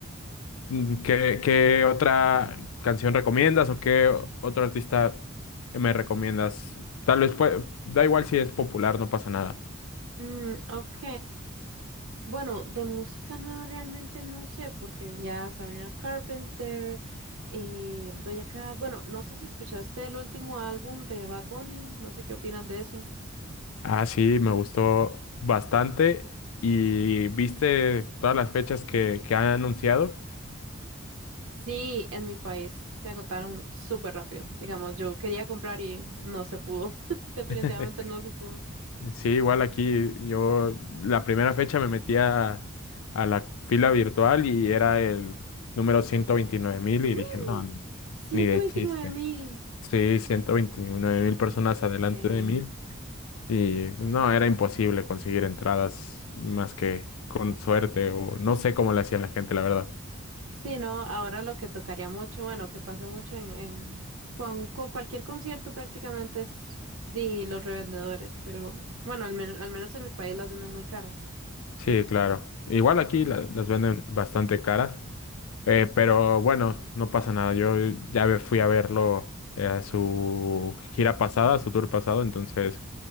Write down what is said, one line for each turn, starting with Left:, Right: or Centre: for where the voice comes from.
Left: Mm, ¿Qué, qué otra canción recomiendas o qué otro artista me recomiendas? Tal vez pue- da igual si es popular, no pasa nada.
Right: Mm, ok. Bueno, de música nueva realmente no sé, porque ya Sabrina Carpenter, eh, Doja Cat, bueno, no sé si escuchaste el último álbum de Bad Bunny, no sé qué opinas de eso.
Left: Ah, sí, me gustó bastante y viste todas las fechas que, que han anunciado.
Right: Sí, en mi país se agotaron súper rápido, digamos, yo quería comprar y no se pudo, <laughs> definitivamente
Left: <laughs>
Right: no se pudo.
Left: Sí, igual aquí yo la primera fecha me metí a, a la fila virtual y era el número ciento veintinueve mil y
Right: Mm,
Left: dije, no, no,
Right: ciento
Left: ni de
Right: veintinueve
Left: chiste.
Right: mil,
Left: Sí, ciento veintinueve mil personas adelante
Right: increíble.
Left: de mí. Y no, era imposible conseguir entradas más que con suerte o no sé cómo le hacían la gente, la verdad.
Right: Sí, no, ahora lo que tocaría mucho, bueno, que pasa mucho en, en con, con cualquier concierto prácticamente es de los revendedores, pero bueno, al, men- al menos en mi país las venden muy caras.
Left: Sí, claro. Igual aquí la- las
Right: Sí.
Left: venden bastante caras, eh, pero bueno, no pasa nada. Yo ya ve- fui a verlo eh, a su gira pasada, a su tour pasado, entonces,